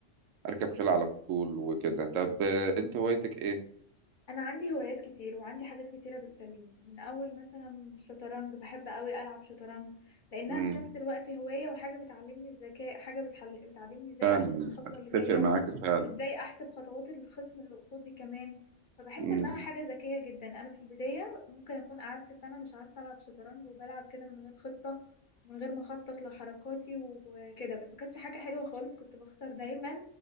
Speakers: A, on the right; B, on the left.
A: اركب خيل على طول وكده طب آه، انت هوايتك ايه
B: انا عندي هوايات كتير وعندي حاجات كتيرة بتسليني من اول مثلا الشطرنج بحب قوي العب شطرنج لانها
A: امم
B: في نفس الوقت هواية وحاجة بتعلمني الذكاء حاجة بتحل- بتعلمني ازاي
A: فعلا
B: احسب الخطوة
A: اتفق
B: اللي جاية
A: معاك فعلا
B: وازاي احسب خطوات الخصم اللي قصادي كمان فبحس
A: امم
B: انها حاجة ذكية جدا انا في البداية ممكن اكون قعدت سنة مش عارفة العب شطرنج وبلعب كده من غير خطة من غير ما اخطط لحركاتي وكده بس ما كانتش حاجة حلوة خالص كنت بخسر دايما